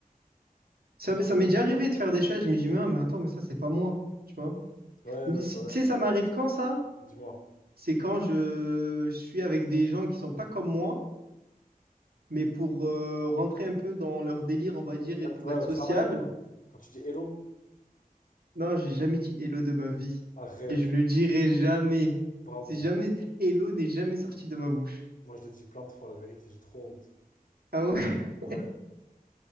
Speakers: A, on the right (about 85°); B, on the left (about 60°).
A: Ça, m'est- ça m'est déjà arrivé de faire des choses, je me dis, mais, ah, mais attends, mais ça, c'est pas moi, tu vois.
B: hein. Ouais,
A: Mais
B: ouais,
A: c'est-
B: bah ouais.
A: Tu sais, ça m'arrive quand ça?
B: Dis-moi.
A: C'est quand je, je suis avec des gens qui sont pas comme moi, mais pour euh, rentrer un peu dans leur délire, on va dire,
B: Là,
A: et pour
B: que- ouais,
A: être
B: au
A: sociable.
B: travail, quoi. Quand tu dis hello,
A: Non, j'ai jamais dit hello de ma vie.
B: arrête.
A: Et je ne le dirai jamais.
B: Bravo.
A: C'est jamais, hello n'est jamais sorti de ma bouche.
B: Moi, je l'ai dit plein de fois, la vérité, j'ai trop honte.
A: Ah ouais? <laughs>
B: Ouais.